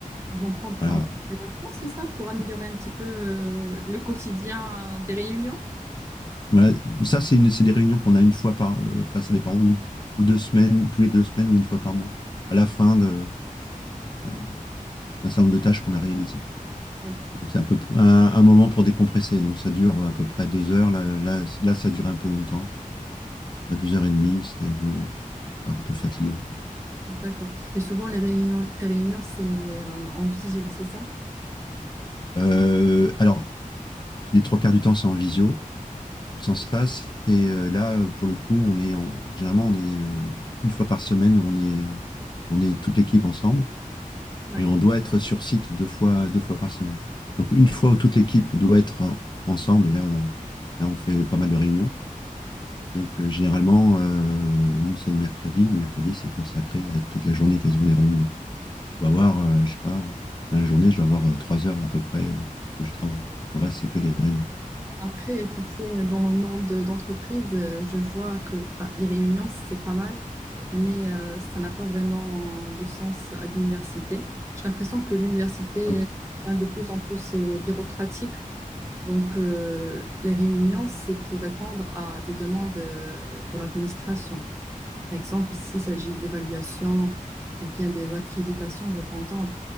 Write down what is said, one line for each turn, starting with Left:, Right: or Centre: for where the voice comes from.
Right: Ils vont prendre
Left: Voilà.
Right: ça en considération, c'est ça, pour améliorer un petit peu euh, le quotidien euh, des réunions?
Left: Voilà. Ça, c'est une- c'est des réunions qu'on a une fois par, euh, enfin, ça dépend, ou, ou deux semaines, tous les deux semaines, ou une fois par mois, à la fin de- d'un d'un certain nombre de tâches qu'on a réalisées.
Right: Ouais,
Left: Donc, c'est un peu pour- un, un moment pour décompresser. Donc, ça dure à peu près deux heures. Là, là, là, ça dure un peu longtemps. Ça durait deux heures et demie. C'était bon, voilà, un peu fatigant, quoi.
Right: d'accord. Et souvent, les réunions, tes réunions, c'est euh, en visio, c'est ça?
Left: Euh, alors, les trois quarts du temps, c'est en visio. sans ça, c'est euh, là pour le coup, on est en, généralement on est euh, une fois par semaine, on est euh, on est toute l'équipe ensemble
Right: Ouais.
Left: et on doit être sur site deux fois deux fois par semaine. Donc une fois où toute l'équipe doit être ensemble et là on là on fait pas mal de réunions. Donc euh, généralement euh, nous c'est le mercredi, le mercredi c'est consacré à toute la journée quasiment des réunions. Je dois avoir euh, je sais pas dans la journée je dois avoir euh, trois heures à peu près où, où je travaille. Le reste c'est que des réunions.
Right: Après, tu sais, dans le monde de- d'entreprise, euh, je vois que bah, les réunions, c'est pas mal, mais euh, ça n'a pas vraiment de sens à l'université. J'ai l'impression que l'université
Left: Ah oui.
Right: est de plus en plus euh, bureaucratique. Donc, euh, les réunions, c'est pour répondre à des demandes euh, de, l'administration. Par exemple, s'il s'agit d'évaluation ou bien des accréditations, je peux entendre.